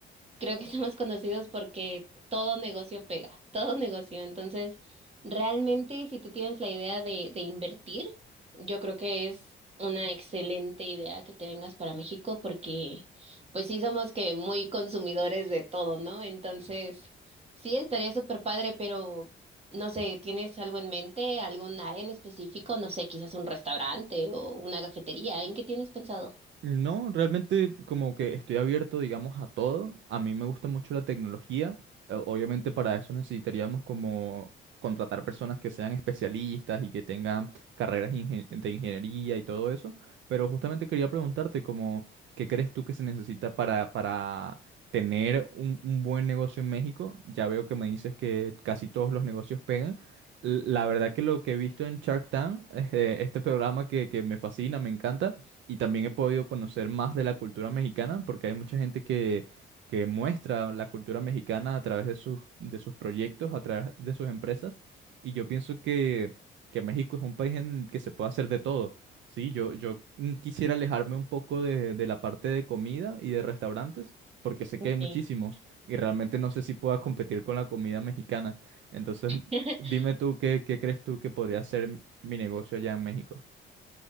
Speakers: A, on the right; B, on the right.
A: Creo que <laughs> somos conocidos porque todo negocio pega, todo negocio. Entonces, realmente si tú tienes la idea de, de invertir, yo creo que es una excelente idea que te vengas para México porque pues sí somos que muy consumidores de todo, ¿no? Entonces, sí estaría súper padre, pero no sé, ¿tienes algo en mente, algún área en específico? No sé, quizás un restaurante o una cafetería, ¿en qué tienes pensado?
B: No, realmente como que estoy abierto, digamos, a todo. A mí me gusta mucho la tecnología. Eh, Obviamente para eso necesitaríamos como contratar personas que sean especialistas y que tengan carreras ingen- de ingeniería y todo eso. Pero justamente quería preguntarte como, ¿qué crees tú que se necesita para, para tener un, un buen negocio en México? Ya veo que me dices que casi todos los negocios pegan. L- La verdad que lo que he visto en Shark Tank, <laughs> este programa que que me fascina, me encanta, y también he podido conocer más de la cultura mexicana porque hay mucha gente que, que muestra la cultura mexicana a través de sus, de sus proyectos, a través de sus empresas. Y yo pienso que, que México es un país en el que se puede hacer de todo. Sí, yo, yo mm, quisiera alejarme un poco de, de la parte de comida y de restaurantes, porque sé
A: Sí.
B: que hay muchísimos y realmente no sé si pueda competir con la comida mexicana. Entonces,
A: <laughs>
B: dime tú qué, qué crees tú que podría ser mi negocio allá en México.